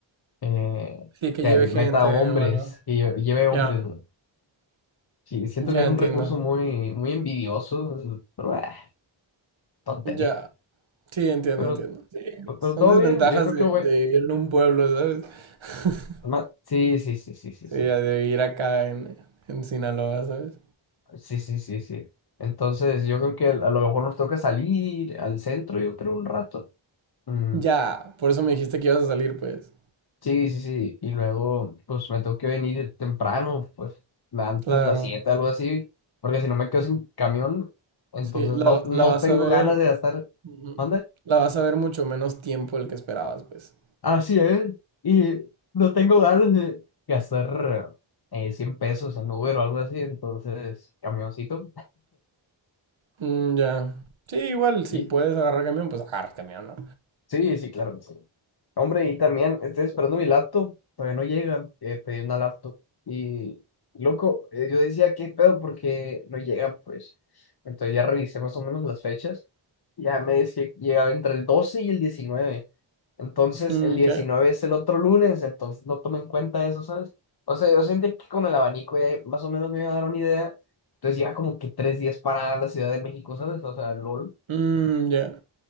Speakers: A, on the left; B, on the right.
A: eh,
B: Sí, que
A: que
B: lleve
A: meta
B: gente
A: hombres,
B: o algo.
A: que lle- lleve hombres,
B: Ya,
A: güey. Sí, siento
B: ya
A: que es
B: entiendo.
A: un recurso muy, muy envidioso, es- pero ah, tontería.
B: Ya. Sí, entiendo,
A: Pero,
B: entiendo. Sí, son
A: pero todo
B: desventajas
A: bien, yo creo
B: de,
A: que voy.
B: de vivir en un pueblo, ¿sabes? <laughs>
A: ma- Sí, sí, sí, sí, sí, sí.
B: Sí, de vivir acá en, en Sinaloa, ¿sabes?
A: Sí, sí, sí, sí. Entonces, yo creo que a lo mejor nos toca salir al centro, yo creo, un rato. Mm,
B: Ya, por eso me dijiste que ibas a salir, pues.
A: sí, sí, sí. Y luego, pues me tengo que venir temprano, pues antes
B: Claro.
A: de las 7 algo así, porque si no me quedo sin camión, entonces
B: Sí, la,
A: no, no
B: la vas
A: tengo
B: a ver.
A: ganas de gastar.
B: ujú,
A: ¿Manda?
B: La vas a ver mucho menos tiempo del que esperabas, pues.
A: Así es. Y no tengo ganas de gastar eh, 100 pesos en Uber o algo así, entonces, camioncito.
B: Mm, ya. Sí, igual, si
A: <laughs>
B: puedes agarrar camión, pues agarra camión, ¿no?
A: Sí, sí, claro que sí. Hombre, y también estoy esperando mi laptop. Todavía no llega. Eh, pedí una laptop. Y, loco, eh, yo decía, ¿qué pedo? Porque no llega, pues. Entonces ya revisé más o menos las fechas. Ya me decía que llegaba entre el 12 y el diecinueve Entonces,
B: Mm,
A: el 19
B: ya.
A: es el otro lunes. Entonces, no tomé en cuenta eso, ¿sabes? O sea, yo sentí que con el abanico ya más o menos me iba a dar una idea. Entonces, ya como que tres días para la Ciudad de México, ¿sabes? O sea, LOL.
B: Mm, ya.